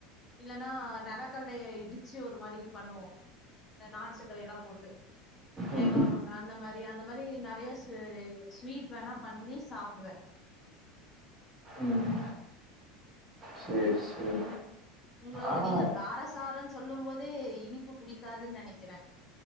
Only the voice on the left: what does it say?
இல்லன்னா நலக் கல்லைய இடிச்சு ஒரு மாதிரி பண்ணுவோம் நாட்டு சர்க்கரையெல்லாம் போட்டு தேங்காய்
போட்டு அந்த மாரி அந்த மாரி நிறைய ஸ் ஸ்வீட் வேணாம் பண்ணி சாப்பிடுவேன்
உங்கள்து
நீங்க காரசாரன்னு சொல்லும் போதே இனிப்பு புடிக்காதுன்னு நினைக்கிறேன்